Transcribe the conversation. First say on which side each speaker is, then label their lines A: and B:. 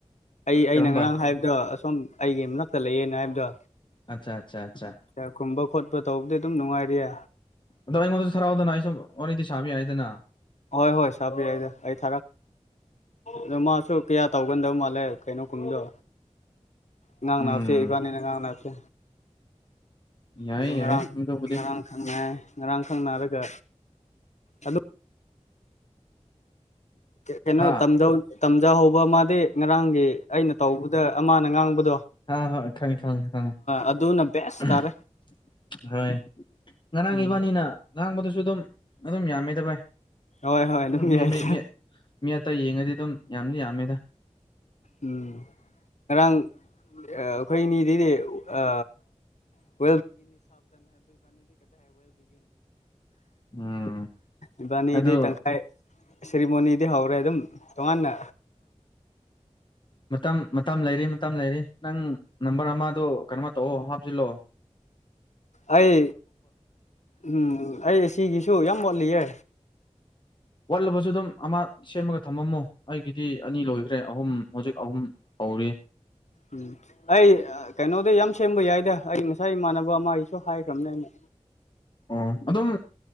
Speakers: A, on the left; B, on the left.
A: ꯑꯩ ꯑꯩꯅ
B: ꯀꯔꯝꯕ
A: ꯉꯔꯥꯡ ꯍꯥꯏꯕꯗꯣ ꯑꯁꯣꯝ ꯑꯩꯒꯤ ꯃꯛꯇ ꯂꯩꯌꯦꯅ ꯍꯥꯏꯕꯗꯣ
B: ꯑꯆꯥ ꯑꯆꯥ ꯑꯆꯥ
A: ꯌꯥ ꯀꯨꯝꯕ ꯈꯣꯠꯄ ꯇꯧꯕꯗꯤ ꯑꯗꯨꯝ ꯅꯨꯡꯉꯥꯏꯔꯤꯌꯦ
B: ꯑꯗꯣ ꯑꯩꯉꯣꯟꯗꯁꯨ ꯍꯔꯥꯎꯗꯅ ꯑꯩ ꯁꯨꯝꯗꯤ ꯁꯥꯕꯤ ꯍꯥꯏꯗꯅ
A: ꯍꯣꯏ ꯍꯣꯏ ꯁꯥꯕꯤꯔꯛꯏꯗ ꯑꯩ ꯊꯥꯔꯛꯦ ꯑꯗꯣ ꯃꯥꯁꯨ ꯀꯌꯥ ꯇꯧꯒꯟꯗꯕ ꯃꯥꯜꯂꯦ ꯀꯩꯅꯣ ꯀꯨꯝꯗꯣ ꯉꯥꯡꯅꯥꯞꯁꯦ
B: ꯎꯝ
A: ꯏꯕꯥꯅꯤꯅ ꯉꯥꯡꯅꯅꯥꯞꯁꯦ
B: ꯌꯥꯏ
A: ꯑꯗꯨ ꯉꯔꯥꯡ
B: ꯌꯥꯏ ꯑꯗꯨꯕꯨꯗꯤ
A: ꯉꯔꯥꯡ ꯈꯪꯅ ꯉꯔꯥꯡ ꯈꯪꯅꯔꯒ ꯑꯗꯨ ꯀꯩꯅꯣ
B: ꯍꯥ
A: ꯇꯝ ꯇꯝꯖꯍꯧꯕ ꯃꯥꯗꯤ ꯉꯔꯥꯡꯒꯤ ꯑꯩꯅ ꯇꯧꯕꯗ ꯑꯃꯅ ꯉꯥꯡꯕꯗ
B: ꯑ ꯍꯣꯏ ꯈꯪꯉꯦ ꯈꯪꯉꯦ ꯈꯪꯉꯦ
A: ꯑꯗꯨꯅ ꯕꯦꯁ ꯇꯥꯔꯦ
B: ꯍꯣꯏ ꯉꯔꯥꯡ
A: ꯎꯝ
B: ꯏꯕꯥꯅꯤꯅ ꯉꯥꯡꯕꯗꯨꯁꯨ ꯑꯗꯨꯝ ꯑꯗꯨꯝ ꯌꯥꯝꯃꯦꯗ ꯚꯥꯏ
A: ꯍꯣꯏ ꯍꯣꯏ
B: ꯑꯗꯨꯝ
A: ꯌꯥꯏꯗ
B: ꯃꯤ ꯃꯤ ꯃꯤ ꯃꯤ ꯑꯇꯩ ꯌꯦꯡꯉꯗꯤ ꯑꯗꯨꯝ ꯌꯥꯝꯗꯤ ꯌꯥꯝꯃꯦꯗ
A: ꯎꯝ ꯉꯔꯥꯡ ꯑ ꯑꯩꯈꯣꯏꯅꯤꯗꯤꯗꯤ ꯑ <unintelligible>
B: ꯎꯝ
A: ꯏꯕꯥꯅꯤꯗꯤ
B: ꯑꯗꯣ
A: ꯇꯪꯈꯥꯏ ꯁꯦꯔꯤꯃꯣꯅꯤꯗꯤ ꯍꯧꯔꯦ ꯑꯗꯨꯝ ꯇꯣꯉꯥꯟꯅ
B: ꯃꯇꯝ ꯃꯇꯝ ꯂꯩꯔꯤ ꯃꯇꯝ ꯂꯩꯔꯤ ꯅꯪ ꯅꯝꯕꯔ ꯑꯃꯗꯣ ꯀꯩꯅꯣꯃ ꯇꯧꯑꯣ ꯍꯥꯞꯆꯤꯜꯂꯛꯑꯣ
A: ꯑꯩ ꯎꯝ ꯑꯩ ꯁꯤꯒꯤꯁꯨ ꯌꯥꯝ ꯋꯥꯠꯂꯤꯌꯦ
B: ꯋꯥꯠꯂꯕꯁꯨ ꯑꯗꯨꯝ ꯑꯃ ꯁꯦꯝꯃꯒ ꯊꯝꯃꯝꯃꯣ ꯑꯩꯒꯤꯗꯤ ꯑꯅꯤ ꯂꯣꯏꯈ꯭ꯔꯦ ꯑꯍꯨꯝ ꯍꯧꯖꯤꯛ ꯑꯍꯨꯝ ꯍꯧꯔꯤ
A: ꯎꯝ ꯑꯩ ꯀꯩꯅꯣꯗ ꯌꯥꯝ ꯁꯦꯝꯕ ꯌꯥꯏꯗ ꯑꯩ ꯉꯁꯥꯏ ꯏꯃꯥꯟꯅꯕ ꯑꯃ ꯑꯩꯁꯨ ꯍꯥꯏꯈ꯭ꯔꯕꯅꯦ ꯑꯩꯅ
B: ꯑꯣ ꯑꯗꯨꯝ